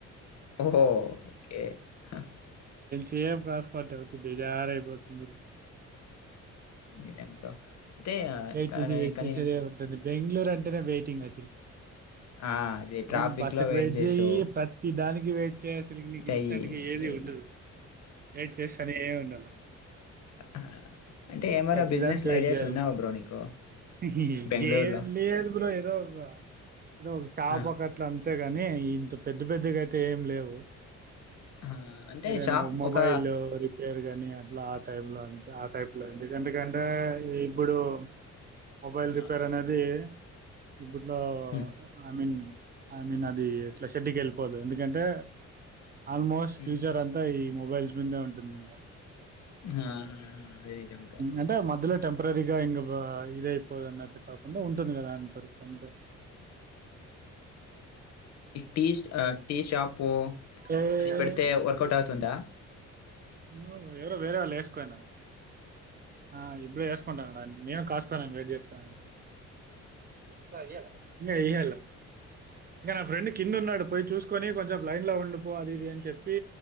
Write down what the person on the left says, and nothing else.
ఓఓకే హ
నిజం బ్రో అంటే ఆ,
కానీ
కానీ
ఆ అది ట్రాఫిక్
లో
చేసావు
చెయ్యి
చెయ్యి
ఆ! అంటే ఏమైనా
బిజినెస్‌లో
ఐడియాస్
ఉన్నావా బ్రో నీకు?
బెంగుళూరులో?
ఆ!
ఆ! అంటే
షాప్
ఒక
ఆ!
హ్మ్.
హ్మ్.
ఆ! ఆ! ఆ! అది నిజం బ్రో.
టీస్టు టీస్షాపు
అది పెడితే వర్కౌట్ అవుతుందా